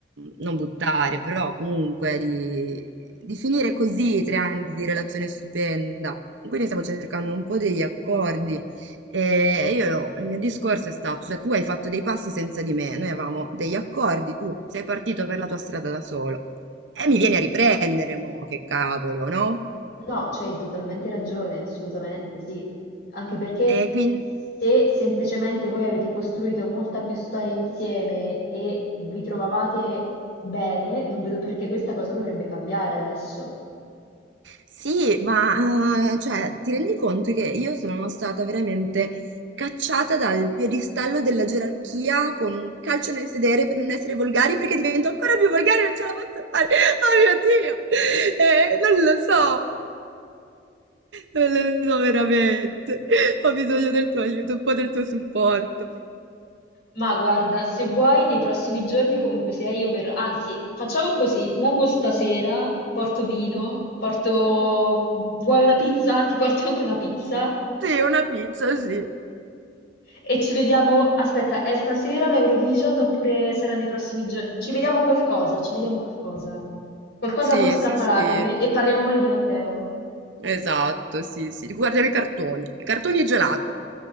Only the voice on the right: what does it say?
non buttare, però comunque di, di finire così tre anni di relazione stupenda. Quindi stiamo cercando un po' degli accordi. E io, il mio discorso è stato, cioè tu hai fatto dei passi senza di me, noi avevamo degli accordi, tu sei partito per la tua strada da solo. E mi vieni a riprendere, mo, che cavolo, no?
E quindi,
sì, ma, eh, cioè, ti rendi conto che io sono stata veramente cacciata dal piedistallo della gerarchia con un calcio nel sedere per non essere volgari, perché divento ancora più volgare, non ce la posso fare. Oh mio Dio! Eh, non lo so. Non lo so veramente. Ho bisogno del tuo aiuto, un po' del tuo supporto.
Sì, una pizza, sì.
Sì,
sì, sì.
Esatto, sì, sì. Guardiamo i cartoni. I cartoni e gelato.